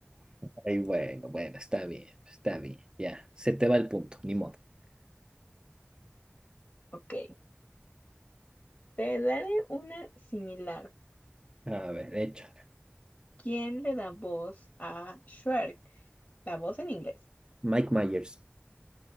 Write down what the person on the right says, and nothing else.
Ay, bueno, bueno, está bien, está bien. Ya, se te va el punto, ni modo.
A ver, échala.
Mike Myers.